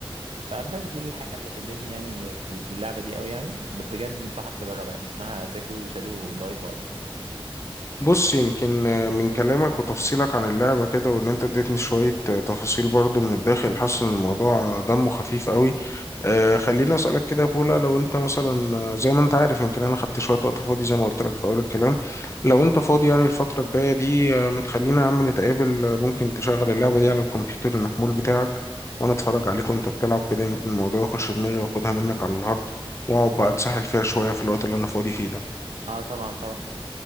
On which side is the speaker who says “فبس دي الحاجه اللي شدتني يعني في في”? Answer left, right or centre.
Right